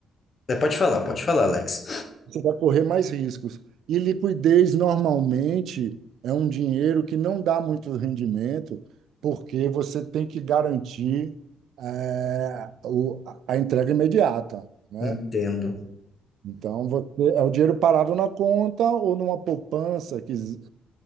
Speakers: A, on the left; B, on the right.
A: é, pode falar, pode falar, Alex.
B: Você vai correr mais riscos. E liquidez normalmente é um dinheiro que não dá muito rendimento, porque você tem que garantir eh, o- a entrega imediata, né?
A: Entendo.
B: Então, você, é o dinheiro parado na conta ou numa poupança que z-